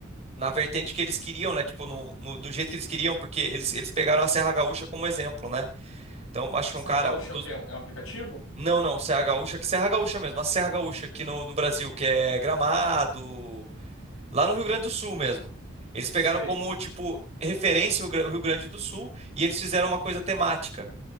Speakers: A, on the right; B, on the left.
A: na vertente que eles queriam, né? Tipo, no, no- do jeito que eles queriam, porque eles, eles pegaram a Serra Gaúcha como exemplo, né? Então acho que
B: CR
A: um cara,
B: Gaúcho
A: um dos.
B: é o quê? É um é um aplicativo?
A: Não, não, Serra Gaúcha, que Serra Gaúcha mesmo, a Serra Gaúcha aqui no, no Brasil, que é Gramado. Lá no Rio Grande do Sul mesmo. Eles pegaram
B: Sei,
A: como, tipo, referência o Gra- o Rio Grande do Sul e eles fizeram uma coisa temática.